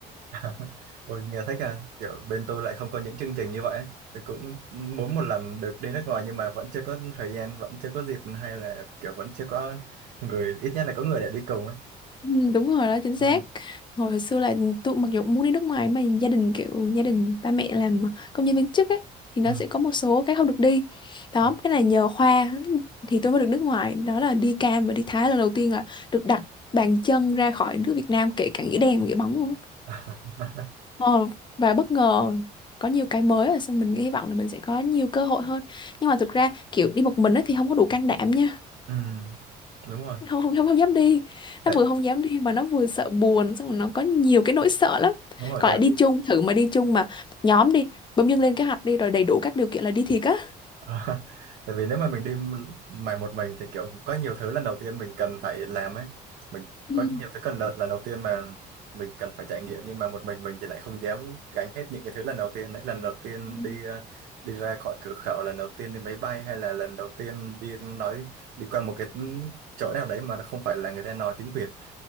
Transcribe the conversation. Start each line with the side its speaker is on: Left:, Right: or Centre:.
Right: <laughs> Ôi, nghe thích à kiểu bên tôi lại không có những chương trình như vậy ấy. tôi cũng muốn một lần được đi nước ngoài nhưng mà vẫn chưa có thời gian vẫn chưa có dịp hay là kiểu vẫn chưa có người ít nhất là có người để đi cùng ấy
Left: Ừ, đúng rồi đó chính
Right: ừ.
Left: xác hồi, hồi xưa là tôi mặc dù cũng muốn đi nước ngoài mà gia đình kiểu gia đình ba mẹ làm công nhân viên chức ấy thì
Right: Ừ.
Left: nó sẽ có một số cái không được đi đó
Right: Ừ.
Left: cái này nhờ khoa thì tôi mới được nước ngoài đó là đi Cam và đi Thái lần đầu tiên là được đặt bàn chân ra khỏi nước Việt Nam kể cả nghĩa đen nghĩa bóng luôn á.
Right: <laughs>
Left: ờ, và bất ngờ có nhiều cái mới là xong mình hy vọng là mình sẽ có nhiều cơ hội hơn nhưng mà thực ra kiểu đi một mình ấy thì không có đủ can đảm nha
Right: Ừ. Đúng rồi
Left: không không không, dám đi
Right: tại
Left: nó vừa không dám đi mà nó vừa sợ buồn xong rồi nó có nhiều cái nỗi sợ lắm
Right: đúng rồi
Left: còn
Right: tại
Left: lại đi
Right: vì
Left: chung thử mà đi chung mà nhóm đi bỗng dưng lên cái hoạch đi rồi đầy đủ các điều kiện là đi thiệt á
Right: À, tại vì nếu mà mình đi m- mà một mình thì kiểu có nhiều thứ lần đầu tiên mình cần phải làm ấy mình
Left: ừ.
Right: có nhiều thứ cần lần lần đầu tiên mà mình cần phải trải nghiệm nhưng mà một mình mình thì lại không dám gánh hết những cái thứ lần đầu tiên đấy lần đầu tiên
Left: Ừ,
Right: đi ờ, đi ra khỏi cửa khẩu lần đầu tiên đi máy bay hay là lần đầu tiên đi nói đi qua một cái chỗ nào đấy mà nó không phải là người ta nói tiếng Việt